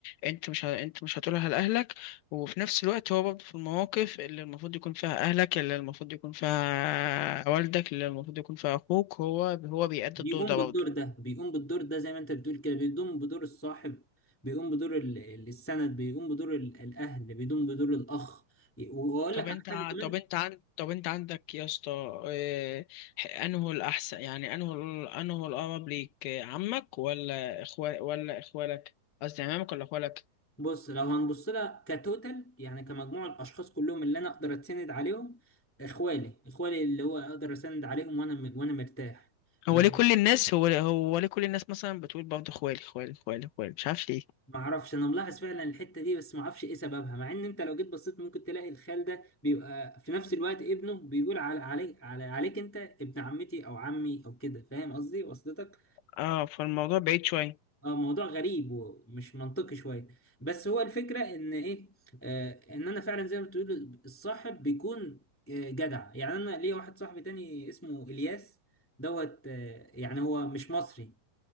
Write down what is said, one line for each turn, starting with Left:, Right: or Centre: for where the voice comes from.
Left: أنت مش ه... أنت مش هتقولها لأهلك وفي نفس الوقت هو برضه في المواقف اللي المفروض يكون فيها أهلك اللي المفروض يكون فيها والدك اللي المفروض يكون فيها أخوك هو هو بيأدي
Centre: بيقوم
Left: الدور ده
Centre: بالدور
Left: برضه
Centre: ده بيقوم بالدور ده زي ما انت بتقول كده بيقوم بدور الصاحب بيقوم بدور ال- ال- السند بيقوم بدور ال- الاهل بيقوم بدور الاخ واقول
Left: طب
Centre: لك
Left: انت
Centre: على حاجه
Left: ع-
Centre: كمان
Left: طب انت عند طب انت عندك يا اسطى اه... ح- انه الاحسن يعني انه ال- انه الاقرب ليك آه، عمك ولا اخوال ولا اخوالك قصدي عمامك ولا اخوالك
Centre: بص لو هنبص لها كتوتال يعني كمجموع الاشخاص كلهم اللي انا اقدر اتسند عليهم اخوالي اخوالي اللي هو اقدر اسند عليهم وانا وانا مرتاح آه،
Left: هو ليه كل الناس هو ليه هو ليه كل الناس مثلا بتقول برضه اخوالي اخوالي اخوالي اخوالي مش عارف ليه
Centre: ما اعرفش انا ملاحظ فعلا الحته دي بس ما اعرفش ايه سببها مع ان انت لو جيت بصيت ممكن تلاقي الخال ده بيبقى في نفس الوقت ابنه بيقول على عليك على عليك انت ابن عمتي او عمي او كده فاهم قصدي وصلتك
Left: اه فالموضوع بعيد شويه
Centre: اه موضوع غريب ومش منطقي شويه بس هو الفكره ان ايه آه ان انا فعلا زي ما بتقول الصاحب بيكون آه جدع يعني انا ليا واحد صاحبي تاني اسمه الياس دوت آه يعني هو مش مصري